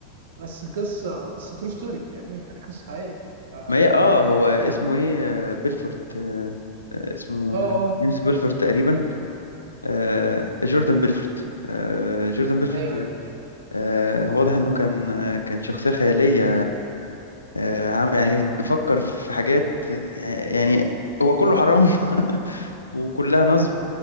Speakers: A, on the right (about 60°); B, on the left (about 80°).
A: بس قصة بس ترو ستوري فاهمني؟ يعني قصة حقيقية ف- اه
B: ما هي اه هو اسمه ايه آه، بيلفورت آه، آه، اسمه
A: اه اه،
B: جيمس بيلفورت تقريبا آه، جوردان بيلفورت آه، جوردان بيلفورت
A: ايوه ايوه
B: آه، واضح انه كان آه، كان شخصية خيالية آه، عم يعني فكر في حاجات يعني هو كله حرام <laughs> وكلها نصب